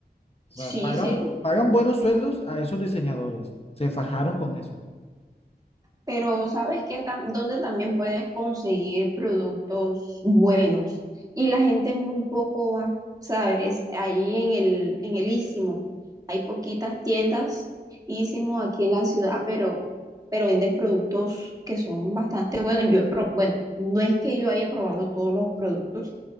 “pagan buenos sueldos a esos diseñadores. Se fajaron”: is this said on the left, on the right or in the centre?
Left